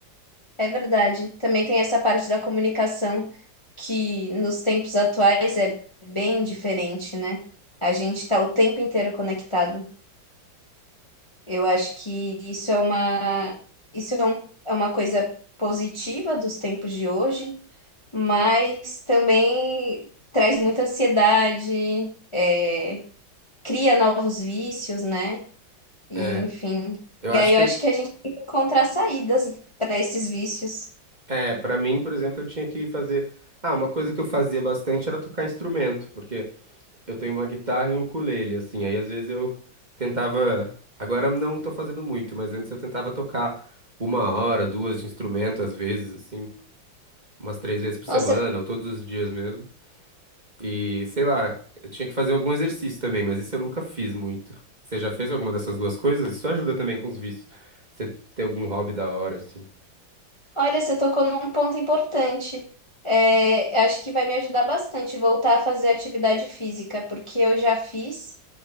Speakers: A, on the left; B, on the right.
A: É verdade. Também tem essa parte da comunicação que nos tempos atuais é bem diferente, né? A gente está o tempo inteiro conectado. Eu acho que isso é uma, isso é, um- é uma coisa positiva dos tempos de hoje, mas também traz muita ansiedade, é, cria novos vícios, né? E
B: É,
A: enfim.
B: eu
A: E
B: acho
A: aí
B: que,
A: eu
B: eu-
A: acho que a gente tem que encontrar saídas para esses vícios.
B: é, para mim, por exemplo, eu tinha que fazer. Ah, uma coisa que eu fazia bastante era tocar instrumento, porque eu tenho uma guitarra e um ukulele, assim, aí às vezes eu tentava. Agora eu não tô fazendo muito, mas antes eu tentava tocar uma hora, duas de instrumento, às vezes, assim, umas três vezes por semana,
A: Nossa,
B: ou todos os dias mesmo. E sei lá, eu tinha que fazer algum exercício também, mas isso eu nunca fiz muito. Você já fez alguma dessas duas coisas? Isso ajuda também com os vícios. Você ter algum hobby da hora, assim.
A: olha, você tocou num ponto importante. É, acho que vai me ajudar bastante voltar a fazer atividade física, porque eu já fiz.